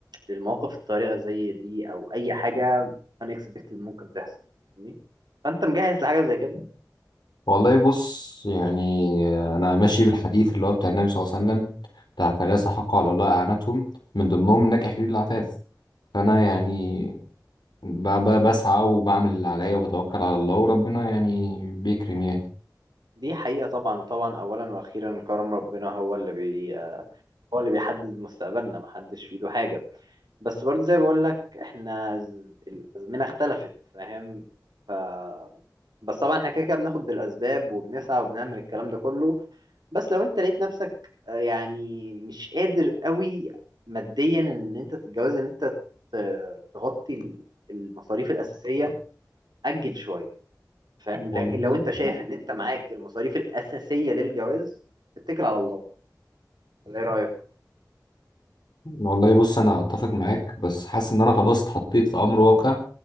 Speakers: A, on the right; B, on the left.
A: للمواقف الطارئة زي دي أو أي حاجة unexpected ممكن تحصل فاهمني؟ فأنت مجهز لحاجة زي كده
B: والله بص يعني انا ماشي بالحديث اللي هو بتاع النبي صلى الله عليه وسلم بتاع ثلاثة
A: بس
B: حق على الله اعانتهم من ضمنهم نكح لي العفاف فانا يعني ب- ب- بسعى وبعمل اللي عليا وبتوكل على الله وربنا يعني بيكرم يعني
A: دي حقيقة طبعا وطبعا أولا وأخيرا كرم ربنا هو اللي بي هو اللي بيحدد مستقبلنا محدش في إيده حاجة بس برضه زي بقول لك إحنا ز- الأزمنة اختلفت فاهم ف بس طبعا احنا كده كده بناخد بالأسباب وبنسعى وبنعمل الكلام ده كله بس لو أنت لقيت نفسك آه، يعني مش قادر قوي ماديا إن أنت تتجوز إن أنت ت- تغطي ال- المصاريف الأساسية أجل شوية فاهم
B: والله
A: لكن لو انت شايف ان انت معاك المصاريف الاساسيه للجواز اتكل على الله ولا ايه رايك
B: والله بص انا اتفق معاك بس حاسس ان انا خلاص اتحطيت في امر واقع